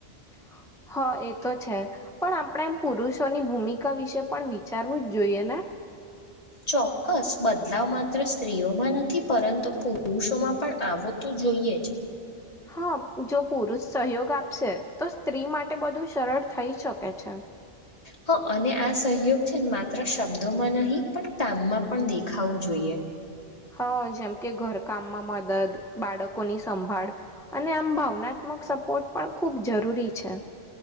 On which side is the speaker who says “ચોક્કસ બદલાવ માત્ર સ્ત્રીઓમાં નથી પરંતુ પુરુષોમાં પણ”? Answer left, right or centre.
Left